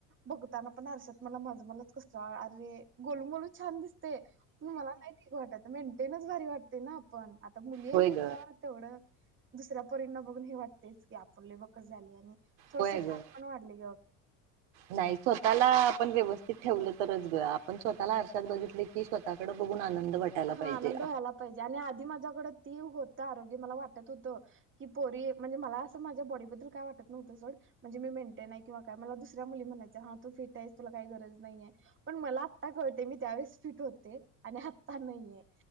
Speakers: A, on the right; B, on the right.
A: बघताना पण आरश्याात मला माझं मलाच कसत अरे गोलूमोलू छान दिसत ते पण मला नाही ठीक वाटयत मेंटेनच भारी वाटते ना आपण आता मुली
B: होय
A: म्हटल्यावर
B: ग
A: तेवढं दुसऱ्या पोरींना बघून हे वाटतेच की आपले बघत झाले आणि थोडस
B: होय ग
A: फॅट पण वाढले गं
B: नाही <inaudible> स्वतःला पण व्यवस्थित ठेवलं तरच आपण स्वतःला आरशात बघितले की स्वःकडे बघून आनंद वाटायला
A: हा
B: पाहिजे
A: आनंद व्हायला पाहिजे आणि आधी माझ्याकडे ती होत आरोग्य मला वाटत होतं की पोरी म्हणजे मला असं माझ्या बॉडीबद्दल काय वाटत नव्हतं सोड म्हणजे मी मेंटेन हाय किंवा काय मला दुसऱ्या मुली म्हणायच्या हा तू फिट आहेस तुला काही गरज नाही य पण मला आता कळताय मी त्यावेळेस फिट होते आणि नाहीये